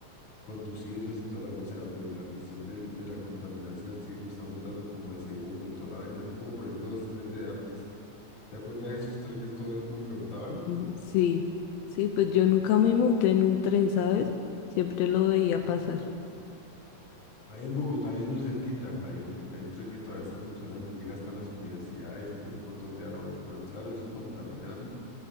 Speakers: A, on the left; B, on the left.
A: conducirlos y toda la, o sea, pues la cuestión del, de la contaminación, ¿sí? No están botando como ese humo y toda la vaina, así como por ejemplo los trenes de antes. ¿Te acuerdas de esos trenes, todo el humo que botaban?
B: Ujú, Sí, sí, pues yo nunca me monté en un tren, ¿sabes? Siempre lo veía pasar.
A: Ahí en Bogotá hay uno cerquita, hay un, hay un tren que todavía está funcionando, llega hasta las universidades y no sé por dónde da la vuelta, pero claro, eso contaminan,